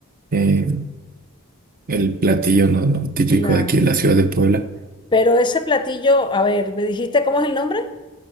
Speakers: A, on the right; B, on the left.
A: eh, el platillo, ¿no? ¿no? Típico
B: claro.
A: de aquí de la ciudad de Puebla.
B: Pero ese platillo, a ver, ¿me dijiste cómo es el nombre?